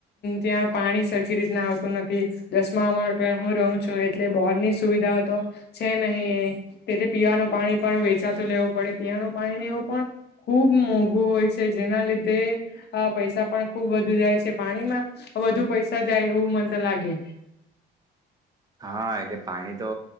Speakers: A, on the left; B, on the right.
A: ત્યાં પાણી સરખી રીતના આવતું નથી. દસમા માણ પણ હું રહું છું. એટલે બોરની સુવિધાઓ તો છે નહીં. તેથી પીવાનો પાણી પણ વેચાતુ લેવું પડે. પીવાનુ પાણી ને એવું પણ ખુબ મોંઘું હોય છે. જેના લીધે અ પૈસા પણ ખુબ વધુ જાય છે. પાણીમાં વધુ પૈસા જાય એવું મન તો લાગે.
B: હા, એટલે પાણી તો